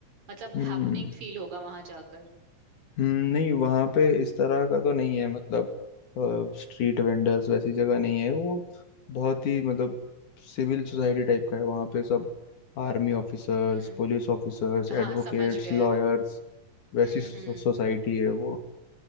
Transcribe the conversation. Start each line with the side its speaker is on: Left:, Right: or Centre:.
Right: मतलब
Left: हम्म
Right: हैपनिंग फील होगा वहां जाकर
Left: हम्म, नहीं वहाँ पे इस तरह का तो नहीं है मतलब स्ट्रीट वेंडर्स वैसी जगह नहीं है वो बहुत ही मतलब सिविल सोसाइटी टाइप का है वहाँ पे सब army officers
Right: हम्म
Left: police officers
Right: हाँ
Left: advocates
Right: समझ गए
Left: lawyers वैसी
Right: हम्म
Left: सोसाइटी
Right: हम्म
Left: है वो